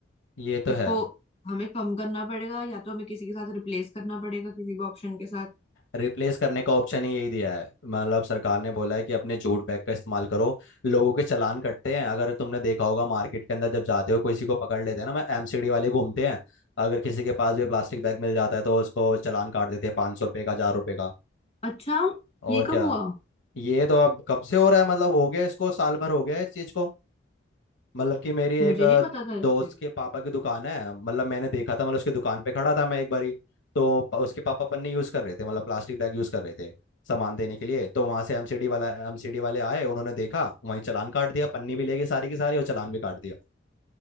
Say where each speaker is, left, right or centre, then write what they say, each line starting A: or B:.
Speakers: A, on the left; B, on the left.
A: ये तो
B: उसको
A: है
B: हमें कम करना पड़ेगा या तो हमें किसी के साथ रिप्लेस करना पड़ेगा किसी भी ऑप्शन के साथ
A: रिप्लेस करने का ऑप्शन ही यही दिया है मतलब सरकार ने बोला है कि अपने जूट बैग का इस्तेमाल करो लोगों के चालान कटते हैं अगर तुमने देखा होगा मार्केट के अंदर जब जाते हो किसी को पकड़ लेते हैं ना मैं एमसीडी वाले घूमते हैं अगर किसी के पास भी प्लास्टिक बैग मिल जाता है तो उसको चालान काट देते हैं पाँच सौ रुपये का हजार रुपये का
B: अच्छा ये
A: और क्या
B: कब हुआ
A: ये तो अब कब से हो रहा है मतलब हो गया इसको साल भर हो गया इस चीज को मतलब कि मेरी एक
B: मुझे
A: अ,
B: नहीं पता था
A: दोस्त
B: इससे
A: के पापा की दुकान है मतलब मैंने देखा था मतलब उसकी दुकान पे खड़ा था मैं एक बारी तो प- उसके पापा पन्नी यूज़ कर रहे थे मतलब प्लास्टिक बैग यूज़ कर रहे थे सामान देने के लिए तो वहाँ से एमसीडी वाला एमसीडी वाले आए उन्होंने देखा वहीं चालान काट दिया पन्नी भी ले गए सारी की सारी और चालान भी काट दिया